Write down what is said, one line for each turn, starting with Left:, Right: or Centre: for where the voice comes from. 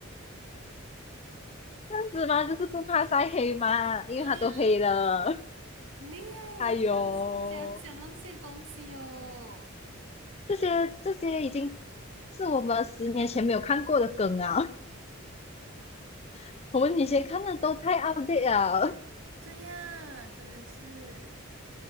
Left: 这样子嘛，就是不怕晒黑嘛，因为它都黑了。
Right: 对呀，很厉害耶！
Left: 哎呦。
Right: 真的是怎样那些东西哟、
Left: 这些这些已经是我们十年前没有看过的梗啊，<laughs> 我们以前看的都太 outdate 了。
Right: 对呀，真的是，